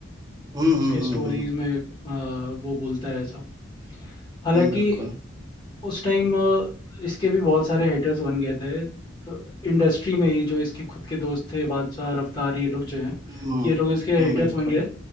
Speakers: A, on the right (about 20°); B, on the left (about 20°).
A: हम्म
B: उसके
A: हम्म हम्म
B: स्टोरीज
A: हम्म,
B: में आ, वो बोलता है ऐसा हालांकि
A: हम्म, बिल्कुल
B: उस टाइम इसके भी बहुत सारे हेटर्स बन गए थे इंडस्ट्री में ही जो इसके खुद के दोस्त थे बादशाह रफ्तार ये लोग जो हैं
A: हम्म
B: ये लोग
A: हम्म,
B: इसके हेटर्स
A: बिल्कुल
B: बन गए